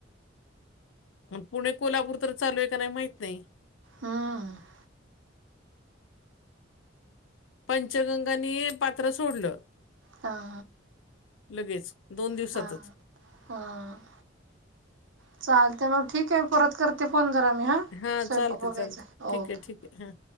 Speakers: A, on the left; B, on the right.
A: मग पुणे, कोल्हापूर तर चालू आहे का नाही, माहित नाही?
B: हा.
A: पंचगंगांनी पात्र सोडलं.
B: हा.
A: लगेच दोन दिवसातच.
B: हा हा. चालते मग ठीक आहे, परत करते फोन जरा मी हा.
A: हा
B: स्वयंपाक
A: चालते
B: बघायचा
A: चालते, ठीक
B: ओके
A: आहे ठीक आहे हा.